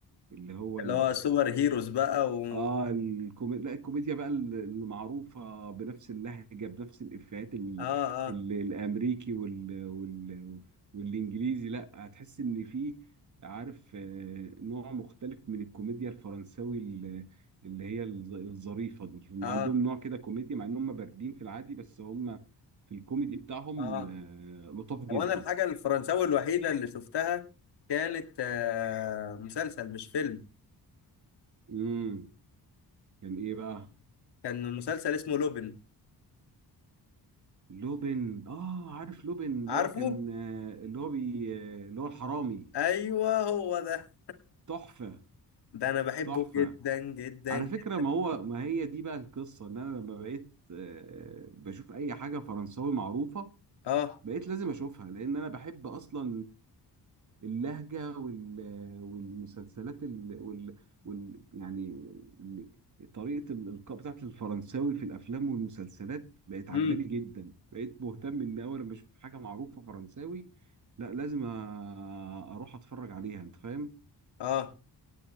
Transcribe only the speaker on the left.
اللي هو سوبر هيروز بقى و
اه اه
اه
اه
هو انا الحاجه الفرنساوي الوحيده اللي شفتها كانت آه مسلسل مش فيلم
كان مسلسل اسمه لوبن
عارفه
ايوه هو ده
ده انا بحبه
جدا جدا
جدا.
اه
امم
اه